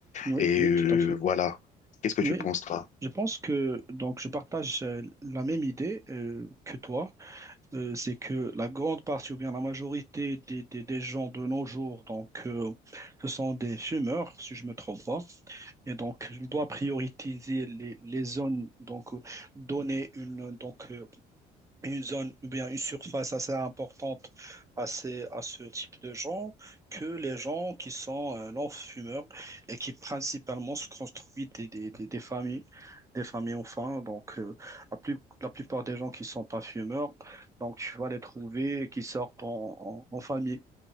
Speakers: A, on the right; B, on the left.
A: Oui,
B: Et
A: oui,
B: euh,
A: tout à fait.
B: voilà, qu'est-ce que
A: Oui,
B: tu penses toi?
A: je pense que donc je partage euh, la même idée euh, que toi. euh, c'est que la grande partie ou bien la majorité des, des- des gens de nos jours, donc, euh, ce sont des fumeurs, si je me trompe pas. Et donc, je dois prioriser les, les zones, donc, euh, donner une, donc, euh, une zone ou bien une surface assez importante à, ces- à ce type de gens que les gens qui sont euh, non-fumeurs et qui principalement se construisent des, des, des, des familles des familles ont faim, donc euh, la plus- la plupart des gens qui sont pas fumeurs, donc tu vas les trouver qui sortent en, en- en famille.